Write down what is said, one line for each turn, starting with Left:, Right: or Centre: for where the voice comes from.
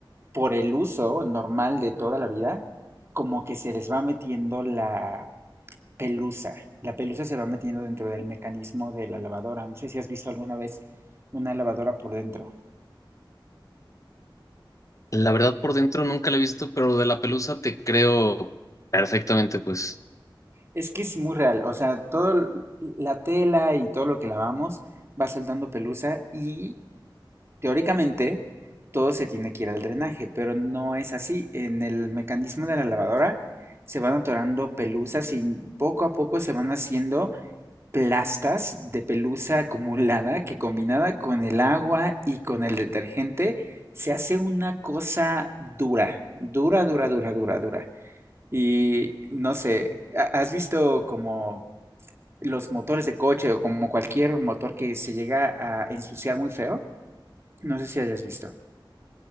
Right: por el uso normal de toda la vida, como que se les va metiendo la pelusa. La pelusa se va metiendo dentro del mecanismo de la lavadora. No sé si has visto alguna vez una lavadora por dentro.
Left: la verdad por dentro nunca la he visto, pero lo de la pelusa te creo perfectamente, pues.
Right: Es que es muy real, o sea, toda la tela y todo lo que lavamos va soltando pelusa y teóricamente todo se tiene que ir al drenaje, pero no es así. En el mecanismo de la lavadora se van atorando pelusas y poco a poco se van haciendo plastas de pelusa acumulada que combinada con el agua y con el detergente se hace una cosa dura, dura, dura, dura, dura, dura. Y no sé, ¿ha- ¿has visto como los motores de coche o como cualquier motor que se llega a ensuciar muy feo? No sé si hayas visto,